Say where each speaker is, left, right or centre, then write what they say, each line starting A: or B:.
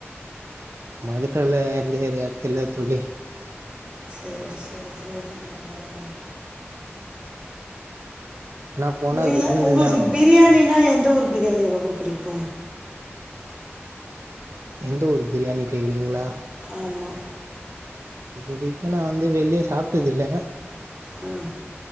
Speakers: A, on the right; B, on the right.
A: மதுரையில எந்த ஏரியா தெர்ல தோழி
B: சேர் சேரி சேரி ம்
A: ஆனா போனா
B: ப்ப இல்ல
A: விருந்துதா
B: உங்களுக்கு பிரியாணினா எந்த ஒரு பிரியாணி ரொம்ப புடிக்கு
A: எந்த ஊரு பிரியாணி கேக்குறீங்களா
B: ஆமா
A: இதுரைக்கு நா வந்து வெளிய சாப்டது இல்ல
B: ம்